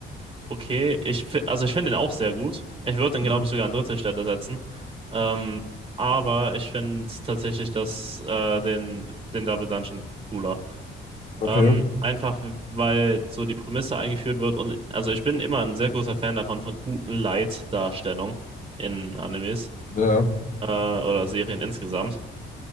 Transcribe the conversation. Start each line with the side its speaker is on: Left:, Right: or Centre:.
Right: okay. Ich, fi- also ich finde ihn auch sehr gut. Ich würde ihn,
Left: Mhm.
Right: glaube ich, sogar an dritte Stelle setzen. Ähm, aber ich finde tatsächlich das, äh, den, den Double Dungeon cooler.
Left: Okay.
Right: Ähm, einfach, weil so die Prämisse eingeführt wird. Und also ich bin immer ein sehr großer Fan davon, von guten Light-Darstellung in Animes.
Left: Ja.
Right: äh, oder Serien insgesamt.